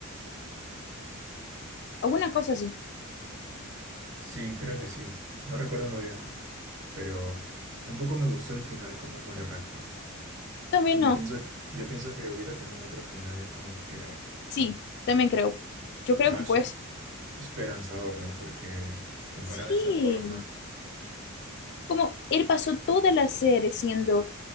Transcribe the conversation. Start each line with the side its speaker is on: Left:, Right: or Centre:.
Left: Alguna cosa así.
Right: Sí, creo que sí. No recuerdo muy bien, pero tampoco me gustó el final como muere Ragnar.
Left: También
Right: Yo
Left: no.
Right: pienso, yo pienso que hubiera tenido otro final como que
Left: Sí, también creo. Yo creo
Right: más
Left: que pues
Right: e- esperanzador, ¿no? Porque que muera
Left: sí.
Right: de esa forma.
Left: Como él pasó toda la serie siendo